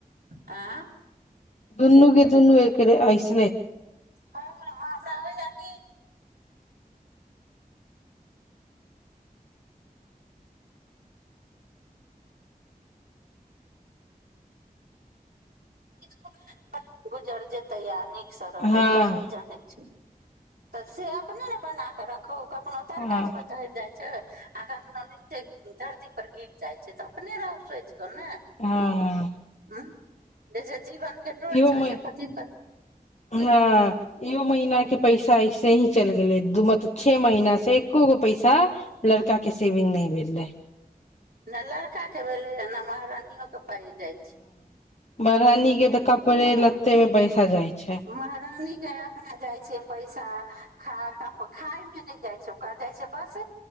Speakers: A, on the right; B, on the left.
A: आँ
B: दुनूक दुनू एकरे अइस
A: हँ हमरा होइयै की इसकुल <unintelligible> गुजर जेतै आ न रहतै
B: हँ
A: ई तऽ सब जानै छै तऽ से अपने ने बना कऽ रखो कखनो तार
B: हँ
A: गाछ पर चढ़ि जाय आ कखनो नीचे धरती पर गिर जाइ छै तऽ अपने रहसैय छै कहें ऐं
B: हँ
A: <unintelligible> जीवन के डोर
B: इहो
A: छौ
B: मे
A: से पति पर
B: हँ इहो महीना के पैसा ऐसे ही चलि गेले दू मत छे महीना से एको गो पैसा लड़का के सेविंग नहि भेल रहे
A: नहि लड़का के भेले नहि महारानियो के पाइ जे जाइ छै
B: महरानीे के तऽ कपड़े
A: हँ
B: लतेमे पैसा जाइ छै
A: महरानी के अपना जाइ छै पैसा खाता पर खायमे नहि जाइ छै ओकरा जाइ छै बस